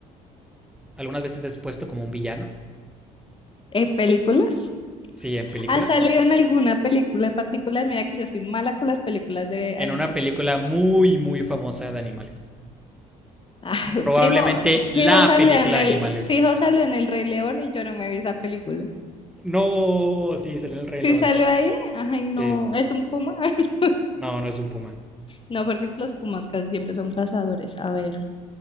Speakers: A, in the centre; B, on the left.
A: algunas veces es puesto como un villano,
B: ¿En películas?
A: sí, en película,
B: ¿Ha salido en alguna película en particular? Mira que yo soy mala con las películas de animales.
A: en una película muy, muy famosa de animales.
B: Ay,
A: Probablemente
B: fijo,
A: la
B: fijo salió
A: película
B: en el,
A: de animales.
B: fijo salió en el Rey León y yo no me vi esa película.
A: No, sí, salió en El Rey
B: Sí
A: León.
B: salió ahí. Ay, no,
A: Sí,
B: es un puma. <laughs>
A: no, no es un puma.
B: No, porque los pumas casi siempre son cazadores. A ver,